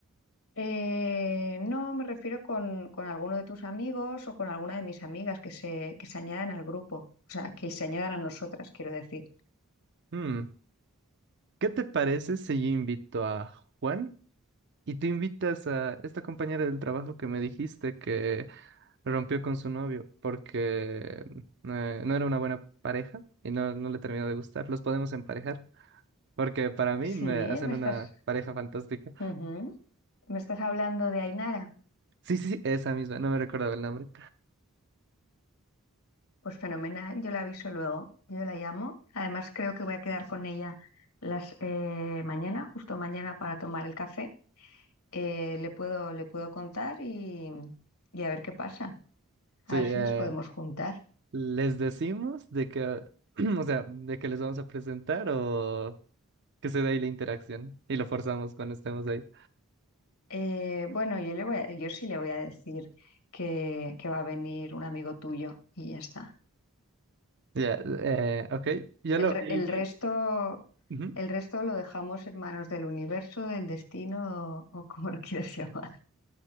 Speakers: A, on the left; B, on the right.
A: Eh, no, me refiero con, con alguno de tus amigos o con alguna de mis amigas que se, que se añadan al grupo, o sea, que se añadan a nosotras, quiero decir.
B: Mm, ¿qué te parece si yo invito a Juan y tú invitas a esta compañera del trabajo que me dijiste Rompió con su novio porque eh, no era una buena pareja y no, no le terminó de gustar. Los podemos emparejar porque para mí
A: Sí,
B: me hacen
A: me
B: una
A: estás,
B: pareja fantástica.
A: Ujú. Me estás hablando de Ainara.
B: Sí, sí, sí, esa misma, no me recordaba el nombre.
A: Pues fenomenal, yo la aviso luego, yo la llamo. Además, creo que voy a quedar con ella las eh, mañana, justo mañana para tomar el café. Eh, le puedo, le puedo contar y, y a ver qué pasa, a
B: Sí,
A: ver
B: eh,
A: si les podemos juntar.
B: les decimos de que, <clears throat> o sea, de que les vamos a presentar o que se dé ahí la interacción y lo forzamos cuando estemos ahí.
A: Eh, bueno, yo le voy a- yo sí le voy a decir que, que va a venir un amigo tuyo y ya está.
B: Ya, eh, ok, ya
A: El,
B: lo...
A: re-
B: Sí,
A: el
B: yo-
A: resto,
B: Ujú.
A: el resto lo dejamos en manos del universo, del destino o, o como lo quieras <laughs> llamar.